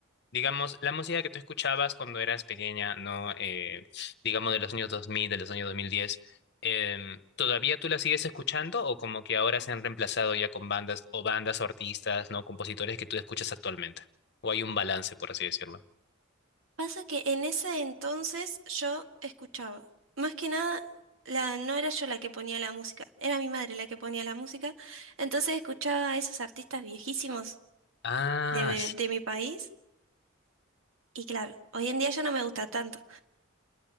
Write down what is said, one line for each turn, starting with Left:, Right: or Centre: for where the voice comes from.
Left: digamos, la música que tú escuchabas cuando eras pequeña, ¿no? Eh, digamos de los años 2000, de los años 2010, em, ¿todavía tú la sigues escuchando o como que ahora se han reemplazado ya con bandas o bandas o artistas, ¿no? Compositores que tú escuchas actualmente? ¿O hay un balance, por así decirlo?
Right: Pasa que en ese entonces yo escuchaba, más que nada, la, no era yo la que ponía la música, era mi madre la que ponía la música, entonces escuchaba a esos artistas viejísimos
Left: Ah,
Right: de, de mi país y claro, hoy en día ya no me gusta tanto,